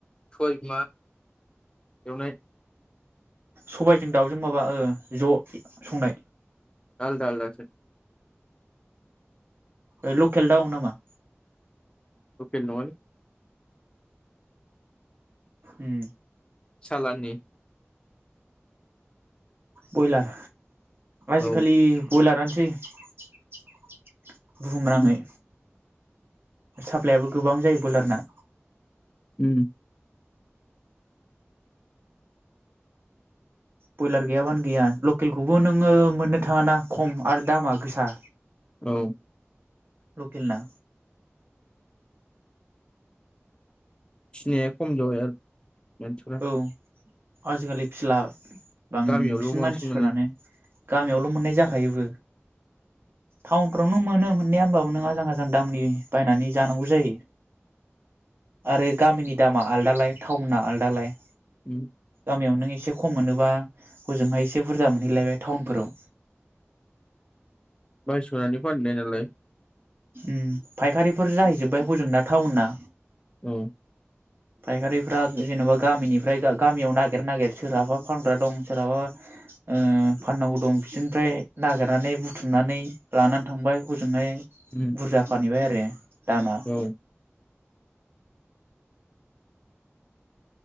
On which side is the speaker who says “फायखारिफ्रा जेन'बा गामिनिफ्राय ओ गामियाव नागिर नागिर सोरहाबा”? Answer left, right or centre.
Right